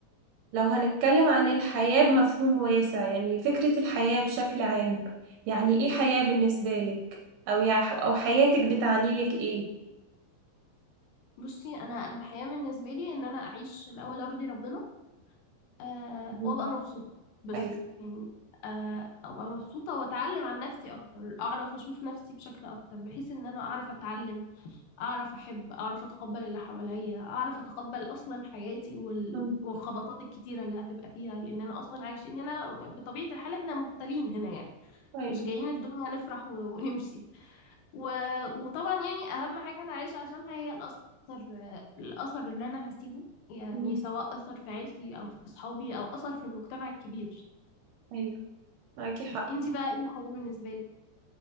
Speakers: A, on the right; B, on the left.
A: لو هنتكلم عن الحياة بمفهوم واسع يعني فكرة الحياة بشكل عام يعني ايه حياة بالنسبة لك او يع... او حياتك بتعني لك ايه
B: بصي انا انا الحياه بالنسبه لي ان انا اعيش الاول ارضي ربنا آه
A: مم.
B: وابقى مبسوطة بس
A: ايوه
B: يعني آه ابقى مبسوطة واتعلم عن نفسي اكتر اعرف اشوف نفسي بشكل اكتر بحيث ان انا اعرف اتعلم اعرف احب اعرف اتقبل اللي حواليا اعرف اتقبل اصلا حياتي وال...
A: مم.
B: والخبطات الكتيرة اللي هتبقى فيها لان انا اصلا عايشين هنا بطبيعة الحال احنا مبتلين هنا يعني
A: ايوه
B: مش جايين الدنيا نفرح و... ونمشي و... وطبعا يعني اهم حاجه انا عايشه عشانها هي الاثر الاثر اللي انا هسيبه يعني
A: مم.
B: سواء اثر في عيلتي او في اصحابي او اثر في المجتمع الكبير
A: ايوه معاكي حق
B: انت بقى ايه الحاجه بالنسبه لك